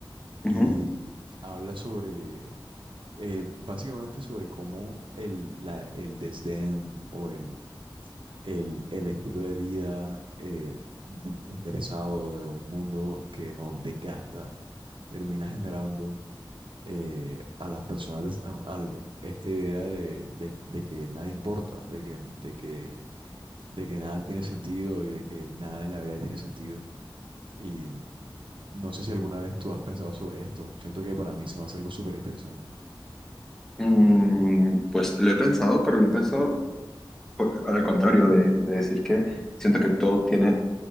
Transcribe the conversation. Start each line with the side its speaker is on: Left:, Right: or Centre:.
Centre: Ujú.
Right: y mm, habla sobre, eh, básicamente sobre cómo el, la- el desdén o el el, el estilo de vida eh, de- de- interesado de un mundo que nos desgasta, termina generando eh, a las personas a- al- esta idea de, de- de que nada importa, de que, de que, de que nada tiene sentido y de que nada en la vida tiene sentido. Y no sé si alguna vez tú has pensado sobre esto. Siento que para mí se me hace algo súper interesante.
Centre: Mm, pues lo he pensado, pero lo he pensado por- al contrario de, de decir que siento que todo tiene,